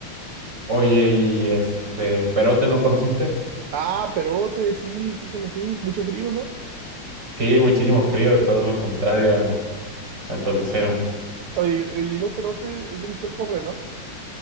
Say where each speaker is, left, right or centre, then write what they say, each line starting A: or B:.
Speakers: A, on the right; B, on the right.
A: Oye, y este, ¿Perote no conociste?
B: Ah, Perote, sí, sí conocí. Mucho frío, ¿no?
A: Sí, muchísimo frío, todo lo contrario a- al Tolucero.
B: Oye, oye, y luego Perote es donde está el cofre, ¿no?